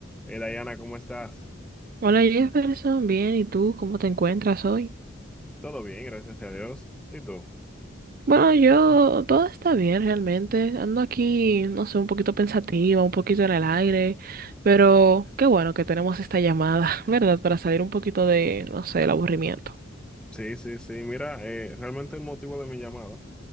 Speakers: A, in the centre; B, on the right.
A: Eh, Dayana, ¿cómo estás?
B: Hola Jefferson, bien, ¿y tú cómo te encuentras hoy?
A: Todo bien, gracias a Dios. ¿Y tú?
B: Bueno, yo todo está bien realmente. Ando aquí, no sé, un poquito pensativa, un poquito en el aire, pero qué bueno que tenemos esta llamada, <laughs> ¿verdad? Para salir un poquito de, no sé, el aburrimiento.
A: Sí, sí, sí. Mira, eh, realmente el motivo de mi llamada